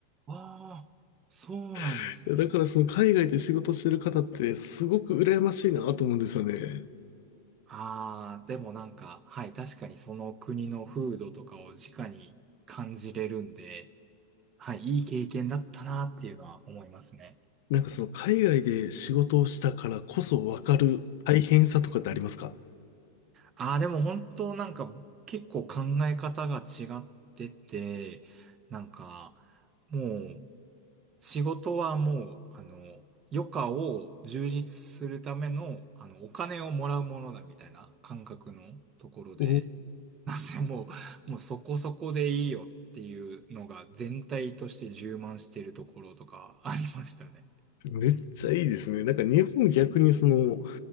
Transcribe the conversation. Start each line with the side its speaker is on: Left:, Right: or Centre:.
Right: ああ、そうなんですね。
Left: <laughs> だからその海外で仕事してる方ってすごく羨ましいなと思うんですよね。
Right: ああ、でもなんか、はい、確かにその国の風土とかを直に感じれるんで、はい、いい経験だったなっていうのは思いますね。
Left: なんかその海外で仕事をしたからこそわかる大変さとかってありますか
Right: ああ、でも本当なんか結構考え方が違ってて、なんかもう仕事はもう、あの、余暇を充実するための、あの、お金をもらうものだみたいな感覚のところで、
Left: お
Right: <laughs> なんでもう、もうそこそこでいいよっていうのが全体として充満しているところとかありましたね。
Left: めっちゃいいですね。なんか日本逆にその、